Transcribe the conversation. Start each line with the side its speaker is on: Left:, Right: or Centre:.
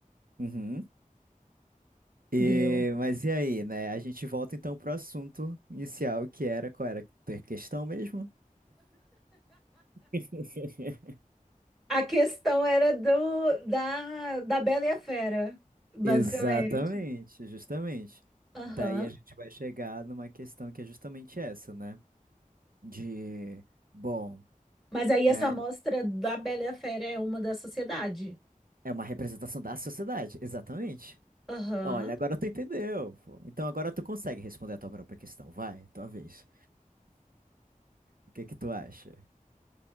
Right: Uhum. E,
Centre: Deu.
Right: mas e aí, né? A gente volta então pro assunto inicial, que era qual era a questão mesmo? <laughs>
Centre: A questão era do da, da Bela e a Fera, basicamente.
Right: Exatamente, justamente.
Centre: Aham.
Right: Daí a gente vai chegar numa questão que é justamente essa, né? De, bom,
Centre: Mas aí essa
Right: é,
Centre: amostra da Bela e a Fera é uma da sociedade.
Right: é uma representação da sociedade, exatamente.
Centre: Aham.
Right: Olha, agora tu entendeu, pô. Então agora tu consegue responder a tua própria questão. Vai, tua vez. O que que tu acha?